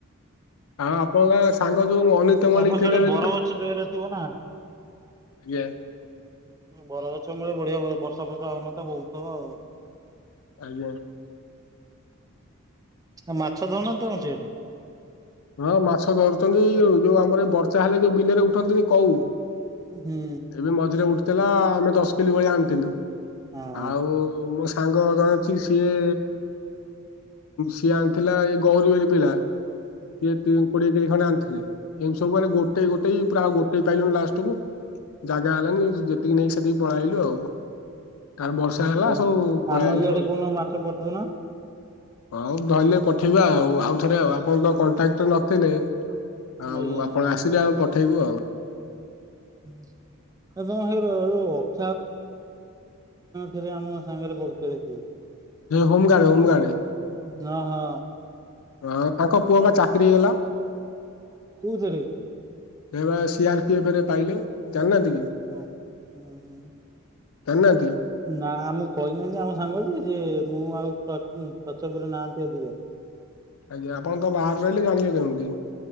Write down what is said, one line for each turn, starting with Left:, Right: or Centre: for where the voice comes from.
Left: ଆଉ ଆପଣଙ୍କ ସାଙ୍ଗ ଯୋଉ ଅନିତ
Right: ତମ
Left: ମଲ୍ଲିକ
Right: ସିଆଡେ
Left: ଥିଲେ ବୋଲିିକ।
Right: ବରଗଛ
Left: ଆଜ୍ଞା।
Right: ଜୋରେ ଥିବ ନା। ବର ଗଛ ମୂଳେ ବଢିଆ ବର୍ଷା ଫର୍ଷା ହଉନଥିବ ବୁଲଥିବ ଆଉ।
Left: ଆଜ୍ଞା।
Right: ଆଉ ମାଛ ଧଉନା ତଣ ସିଆଡେ?
Left: ହଁ ମାଛ ଧରୁଛନ୍ତି ଯୋଉ ଆମର ବର୍ଷା ହେଲେ ଯୋଉ ବିଲରେ ଉଠନ୍ତିନି କୋଉ।
Right: ହୁଁ
Left: ଏବେ ମଝିରେ ଉଠୁଥିଲା ଆମେ ଦଶ କିଲୋ ଭଳିଆ ଆଣିଥିଲୁ
Right: ହଁ
Left: ଆଉ ମୋ ସାଙ୍ଗ ଜଣେ ଅଛି ସିଏ ସିଏ ଆଣିଥିଲା ଏ ଗୌରୀବଲି ପିଲା। ସିଏ କୋଡିଏ କେଜି ଖଣ୍ଡେ ଆଣିଥିଲେ ଏମିତି ସବୁ ମାନେ ଗୋଟେଇ ଗୋଟେଇ ପୁରା ଆଉ ଗୋଟେଇ ପାଇଲୁନି ଲାଷ୍ଟ କୁ ଜାଗା ହେଲାନି ଯେତିକି ନେଇକି ସେତିକି ପଳେଇଲୁ ଆଉ। ତାର ବର୍ଷା
Right: ହୁଁ।
Left: ହେଲା ସବୁ
Right: ଆମ
Left: ପଳେଇଲୁ
Right: ଇଆଡେ
Left: ଆଉ।
Right: କୋଉଦିନ ମାଛ ପଠଉନ
Left: ହଉ ଧଇଲେ ପଠେଇବା ଆଉ ଆଉଥରେ ଆଉ ଆପଣ ତ କଣ୍ଟାକ୍ଟ ନଥିଲେ। ଆଉ
Right: ଆଜ୍ଞା।
Left: ଆପଣ ଆସିଲେ ଆ ପଠେଇବୁ ଆଉ।
Right: ହୁଁ। <unintelligible> ଦି ଜଣ ଥିଲେ ଆମ ସାଙ୍ଗରେ ପଡି <unintelligible>
Left: ହମ ଗାର୍ଡ ହମ ଗାର୍ଡ।
Right: ହଁ ହଁ
Left: ହଁ ତାଙ୍କ ପୁଅ ବା ଚାକିରି ହେଇଗଲା।
Right: କୋଉଥିରେ
Left: ହେବା ସିଆର ପି ଏଫ ରେ ପାଇଲେ ଜାଣିନାହାନ୍ତି କି।
Right: ହଁ ହୁଁ ହୁଁ।
Left: ଜାନାନ୍ତି।
Right: ନା ଆମକୁ କହିନାହାନ୍ତି ଆମ ସାଙ୍ଗ ଯେ ସେ ମୁଁ ଆଉ ଟ ଟଚବରେ ନାହାନ୍ତି ଅଧିକ।
Left: ଆଜ୍ଞା ଆପଣ ତ ବାହାରେ ରହିଲେ ଜାଣିବେ କେମିତି।